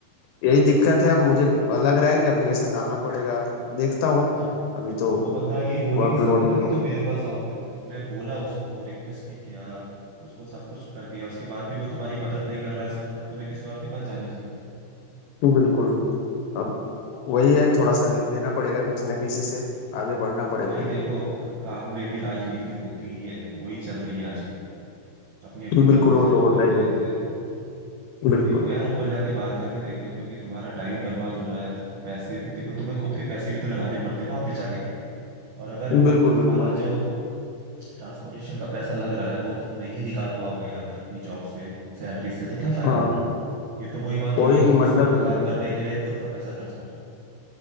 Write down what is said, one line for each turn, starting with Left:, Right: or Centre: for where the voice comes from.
Left: यही दिक्कत है अब मुझे लग रहा है कि एप्लीकेशन डालना पड़ेगा देखता हूँ
Right: जब
Left: अभी तो
Right: वो बंदा ये बोल
Left: वर्कलोड
Right: ही नहीं सकता ना
Left: है थोड़ा।
Right: कि तुम मेरे पास आओ पहले तुमने बोला उसको रिक्वेस्ट भी किया उसको सब कुछ कर दिया उसके बाद भी वो तुम्हारी मदद नहीं कर रहा है इसका मतलब तुम्हें किसी और के पास जाना चाहिए था।
Left: बिल्कुल अब वही है थोड़ा सा हेल्प लेना पड़ेगा किसी ना किसी से आगे बढ़ना पड़ेगा
Right: भाई
Left: मेरे
Right: देखो
Left: को
Right: काम में भी राजनीति होती ही है वही चल रही है आजकल अपनी अपनी
Left: बिल्कुल
Right: मर्जी से
Left: वो
Right: लोग
Left: तो होता
Right: करते
Left: ही
Right: रहते
Left: है
Right: हैं
Left: बिल्कुल
Right: देखो यार ऊपर जाके बात करके देखो क्योंकि तुम्हारा टाइम बर्बाद हो रहा है तुम पैसे भी देखो तुम्हें खुद के पैसे भी तो लगाने पड़ते हैं ना ऑफिस जाने के लिए और अगर
Left: बिल्कुल
Right: तुम्हारा
Left: बिल्कुल
Right: जो ट्रांसपोर्टेशन का पैसा लग रहा है वो तुम नहीं निकाल पाओगे अगर अपनी जॉब से सैलरी से तो क्या फायदा
Left: हाँ
Right: फिर ये तो वही बात
Left: कोई
Right: हो गई कि किसी
Left: मतलब
Right: और का
Left: नहीं
Right: काम
Left: है
Right: करने
Left: फिर
Right: के लिए खुद का पैसा खर्च कर रहे हो।